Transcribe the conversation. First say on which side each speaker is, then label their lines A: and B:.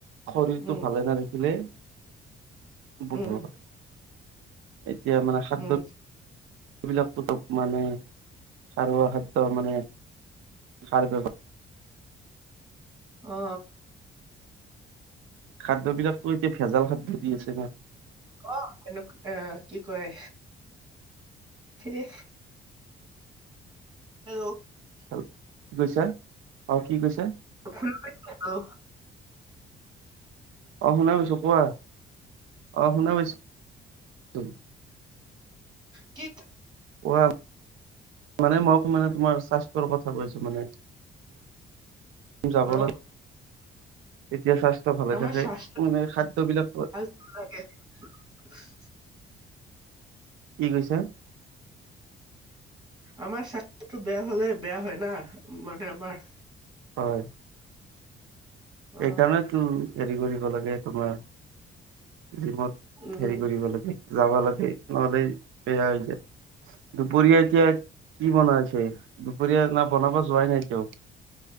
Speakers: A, on the right (about 85°); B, on the right (about 20°).
A: শৰীৰটো
B: উম,
A: ভালে নাৰাখিলে বৰবাদ
B: উম,
A: এতিয়া মানে খাদ্য
B: উম,
A: সেইবিলাক দৰব মানে সাৰুৱা খাদ্য মানে সাৰ ব্যৱহাৰ
B: অ
A: খাদ্য বিলাকতো এতিয়া ভেজাল খাদ্য দি আছে না
B: ক অ এনেক অহ কি কয় এ হেল্ল'
A: হেল্ল কি কৈছা অ কি কৈছা
B: শুনা নাই পোৱা জানো
A: অ শুনা পাইছো কোৱা অ শুনা পাইছো
B: কি?
A: পোৰা মানে মই মানে তোমাৰ স্বাস্থ্যৰ কথা কৈছো মানে। যাব
B: অ
A: লাগে। এতিয়া স্বাস্থ্য ভালে
B: আমাৰ স্বাস্থ্য
A: মানে খাদ্য বিলাক
B: <inaudible>
A: কি কৈছে?
B: আমাৰ স্বাস্থ্যটো বেয়া হলে বেয়া হয় ন মানে আমাৰ
A: হয়।
B: অ
A: এই কাৰণেটো হেৰি কৰিব লাগে তোমাৰ জিমত
B: উম
A: হেৰি কৰিব লাগে যাব লাগে নহলে বেয়া হৈ যায়। দুপৰীয়া এতিয়া কি বনাই আছে দুপৰীয়া না বনাব যোৱাই নাই এতিয়াওঁ?